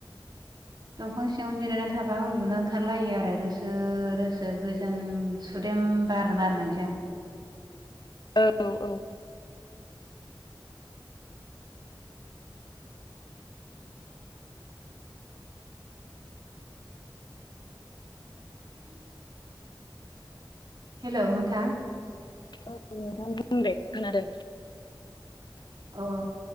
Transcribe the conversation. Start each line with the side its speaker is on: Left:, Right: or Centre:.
Right: दंफां सिङाव जिरायनानै थाबा उन्दुनो ओंखारलायो आरो रोसो रोसो गोजान सुदै बार बारनायजों
Left: औ औ
Right: हेल' नोंथा
Left: औ नोंथां बुंले खोनादों
Right: अ